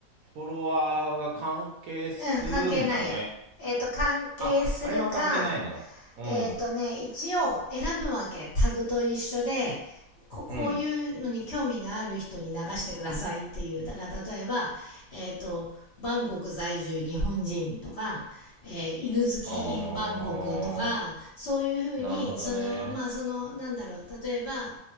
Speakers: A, on the right (about 65°); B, on the left (about 50°).
A: フォロワーが関係するんだね。
B: うん関係ないよえっ、と関係するか
A: あ、あれは関係ないのうん。
B: えっ、とね、一応選ぶわけ。タグと一緒で、ここういうのに興味がある人に流してくださいっていう。
A: うん。
B: だから例えば、えっ、と、バンコク在住日本人とか、えー犬好き
A: あー、
B: in バンコクとか、そういうふうに、
A: なるほどね。
B: その、まあその、なんだろう、例えば、